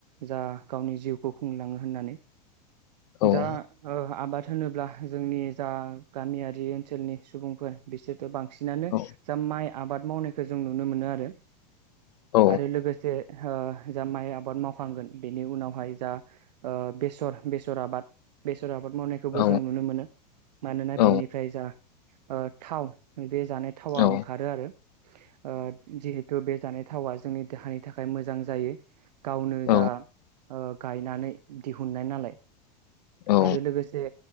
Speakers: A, on the right; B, on the left.
A: जा गावनि जिउखौ खुंलाङो होननानै
B: औ
A: दा ओ आबाद होनोब्ला जोंनि जा गामियारि ओनसोलनि सुबुंफोर बिसोरथ' बां बांसिनानो
B: औ
A: जा माइ आबाद मावनायखौ जों नुनो मोनो आरो।
B: औ
A: आरो लोगोसे ओ जा माइ आबाद मावखांगोन बेनि उनावहाय जा ओ बेसर बेसर आबाद बे सर आबाद मावनायखौबो
B: औ
A: जों नुनो मोनो मानोना
B: औ
A: बेनिफ्राय जा ओ थाव बे जानाय थावा
B: औ
A: ओंखारो आरो ओ जिहेथु बे जानाय थावा जोंनि देहानि थाखाय मोजां जायो। गावनो
B: औ
A: जा ओ गायनानै दिहुननाय नालाय।
B: औ
A: आरो लोगोसे